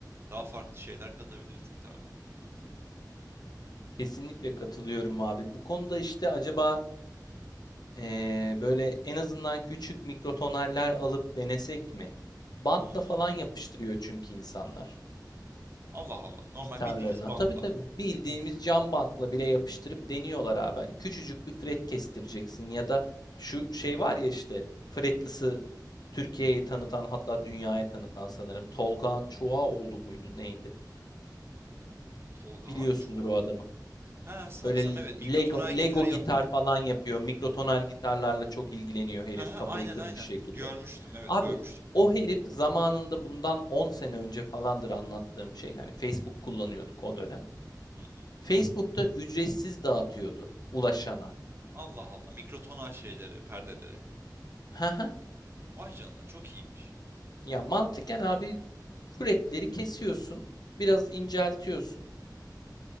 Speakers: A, on the right; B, on the left.
A: daha farklı şeyler katabiliriz gitarda.
B: Kesinlikle katılıyorum abi. Bu konuda işte acaba eee, böyle en azından küçük mikrotonaller alıp denesek mi? Bantla
A: Hmm.
B: falan yapıştırıyor çünkü insanlar
A: Allah Allah. Normal
B: gitarlarına.
A: bildiğimiz bantlar.
B: Tabii tabii. Bildiğimiz cam bantla bile yapıştırıp deniyorlar abi. Hani küçücük bir fret kestireceksin ya da şu şey var ya işte fretlisi Türkiye'yi tanıtan hatta dünyaya tanıtan sanırım. Tolga Çuha oldu muydu neydi?
A: Tolgahan
B: Biliyorsundur
A: Çoğaoğlu.
B: o adamı.
A: Ha sanırsam
B: Böyle
A: evet mikrotonal
B: Lego,
A: gitarı
B: Lego
A: yapan
B: gitar
A: adam.
B: falan yapıyor. Mikrotonal gitarlarla çok ilgileniyor herif.
A: Ha ha
B: Kafayı
A: aynen
B: kırmış
A: aynen.
B: şekilde.
A: Görmüştüm evet
B: Abi
A: görmüştüm.
B: o herif zamanında bundan 10 sene önce falandır anlattığım şey. Hani Facebook kullanıyorduk o dönem.
A: Hı hı.
B: Facebook'ta ücretsiz dağıtıyordu ulaşana.
A: Allah Allah mikrotonal şeyleri, perdeleri.
B: <laughs> Hı
A: Vay canına çok iyiymiş.
B: Ya mantıken abi Fretleri kesiyorsun, biraz inceltiyorsun